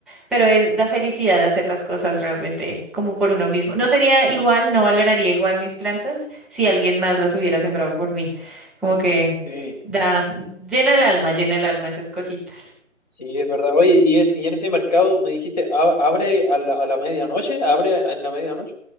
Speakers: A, in the centre; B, on the left.
A: Pero es, da felicidad hacer las cosas realmente como por uno mismo. No sería igual, no valoraría igual mis plantas si alguien más las hubiera sembrado por mí. Como que
B: Sí.
A: da, llena el alma, llena el alma esas cositas.
B: Sí, es verdad. Oye, y, es, y en ese mercado me dijiste, "A- abre a la, a la medianoche, abre a la medianoche.